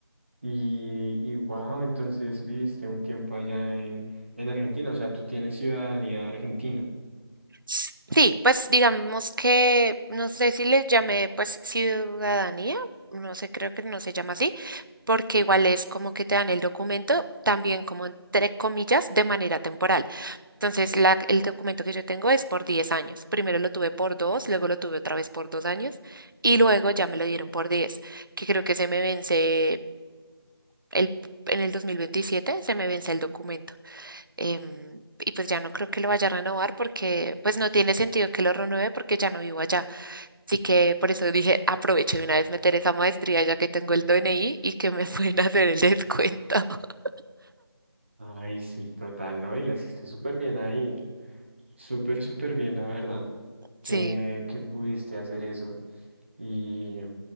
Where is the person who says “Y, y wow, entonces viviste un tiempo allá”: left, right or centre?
Right